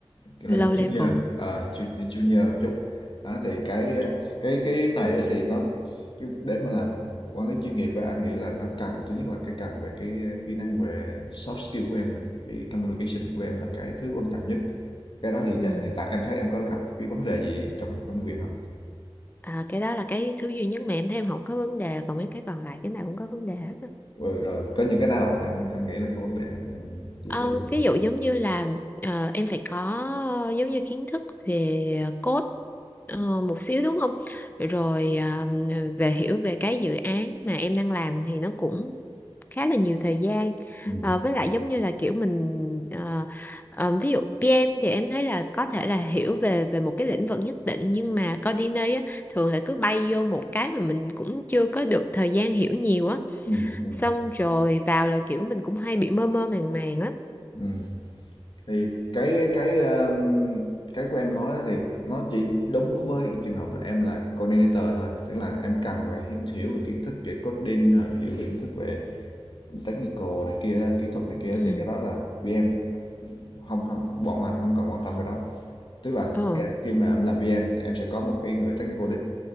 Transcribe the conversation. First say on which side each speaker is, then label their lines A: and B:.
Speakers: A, on the left; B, on the left.
A: kiểu là
B: low level.
A: junior ờ, ju- junior một chút Đó, thì cái cái cái này á thì nó cái để mà làm quản lý chuyên nghiệp á, anh nghĩ là nó cần thứ nhất là cái cần về cái ờ, kỹ năng về soft skill của em này, cái communication của em là cái thứ quan trọng nhất. Cái đó thì
B: Ừ.
A: chả- hiện tại em thấy em có gặp cái vấn đề gì trong trong việc không?
B: À, cái đó là cái thứ duy nhất mà em thấy em không có vấn đề còn mấy cái còn lại cái nào cũng có vấn đề hết
A: Rồi, rồi có những cái nào em em nghĩ là có vấn đề em, em chia
B: Ờ,
A: sẻ với anh.
B: ví dụ giống như là ờ, em phải có ờ, giống như kiến thức về code ờ, một xíu đúng không? Rồi ờ, về hiểu về cái dự án mà em đang làm thì nó cũng khá là nhiều thời gian.
A: Ừ.
B: Ờ, với lại giống như là kiểu mình ờ, ờ, ví dụ PM thì em thấy là có thể là hiểu về về một cái lĩnh vực nhất định nhưng mà coordinator á, thường là cứ bay vô một cái mà mình cũng chưa có được thời gian hiểu nhiều á.
A: Ừ. Ừ.
B: Xong rồi vào là kiểu mình cũng hay bị mơ mơ màng màng á
A: Ừ. Thì cái cái um, cái của em nói thì nó chỉ đúng với trường hợp là em là coordinator thôi, tức là em cần phải hi- hiểu về kiến thức về coding, hiểu hiểu về kiến thức về technical này kia kỹ thuật này kia
B: ừ
A: thì cái đó là VM không không bọn anh không cần quan tâm cái đó tức là
B: ờ
A: khi mà em làm PM thì em sẽ có một cái người technical lead